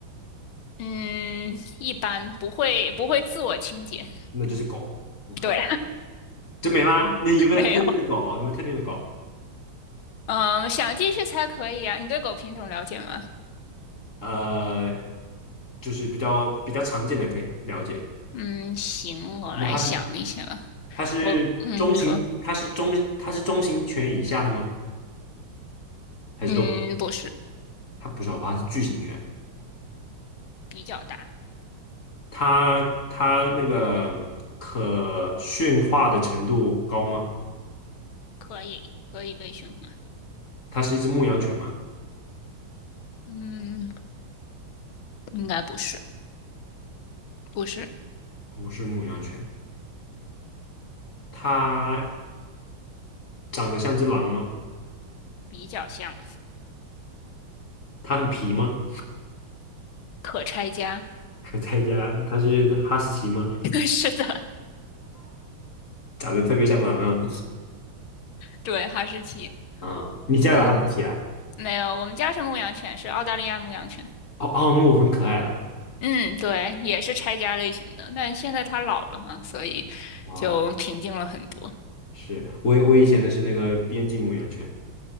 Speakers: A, on the left; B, on the left.
A: 嗯，一般不会不会自我清洁。
B: 那就是狗，OK，
A: 对，
B: 就没啦。那有没有特定的狗？
A: <laughs> 没有。
B: 有没有特定的狗？
A: 嗯，想继续猜可以啊。你对狗品种了解吗？
B: 呃，就是比较比较常见的可以了解。
A: 嗯，行，
B: 好，
A: 我来想一下吧。
B: 那它是它是中型，
A: 我，嗯，你说，
B: 它是中它是中型犬以下的吗？还是都？
A: 嗯，不是，
B: 它不是哦，它是巨型犬。
A: 比较大，
B: 它它那个可驯化的程度高吗？
A: 可以，可以被驯化。
B: 它是一只牧羊犬吗？
A: 嗯，应该不是，不是，
B: 不是牧羊犬，它长得像只狼吗？
A: 比较像，
B: 它很皮吗？
A: 可拆家。
B: <laughs> 可在家，它是哈士奇吗？
A: <laughs> 是的，
B: 长得特别像狼啊！
A: 对，哈士奇。
B: 啊、你家有哈士奇啊？
A: 嗯，没有，我们家是牧羊犬，是澳大利亚牧羊犬。
B: 哦，奥牧很可爱的
A: 嗯，对，也是拆家类型的，但现在它老了嘛，所以就平静了很多。
B: 哦，是我我以前的是那个边境牧羊犬